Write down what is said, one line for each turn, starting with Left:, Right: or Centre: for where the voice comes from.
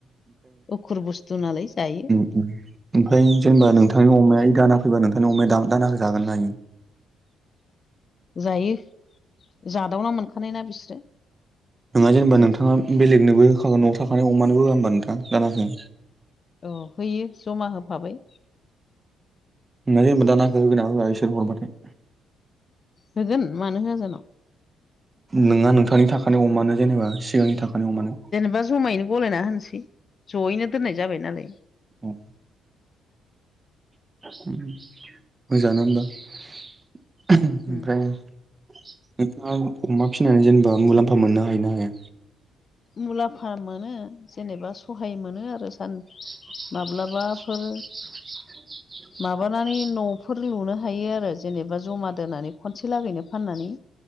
Left: उखुर बुस्थु नालाय जायो।
Right: ओमफाय जेनेबा नोंथांनि अमाया दाना फैबा नोंथांनि अमाया दा-दानाखो जागोन ना इयो?
Left: जायो जादावना मोनखानाय ना बिसोरो।
Right: नोङा जेनेबा नोंथाङा बेलेगनोबो होखागोन न'आव थाखानाय अमानो होआ होनबा नोंथां दानाखो?
Left: औ होयो जमा होफाबाय।
Right: नोङा जेनबा दानाखो होगोनना होआ इसोर हरबाथाय?
Left: होगोन मानो होआ जान'।
Right: नोङा नोंथांनि थाखानाय अमानो जेनेबा सिगांनि थाखानि अमानो।
Left: दा जमायैनो गलायना होनोसै। जयैनो दोननाय जाबाय नालाय।
Right: अ। मोजाङानो होमबा ओमफ्राय
Left: उम
Right: नोंथाङा अमा फिसिनानै जेनेबा मुलाम्फा मोननो हायो ना हाया?
Left: मुलाम्फा मोनो जेनेबा सहाय मोनो आरो <unintelligible>
Right: <unintelligible>
Left: माब्लाबाफोर माबानानै न'फोर लुनो हायो आरो जेनेबा जमा दोनानै खनसे लागैनो फाननानै।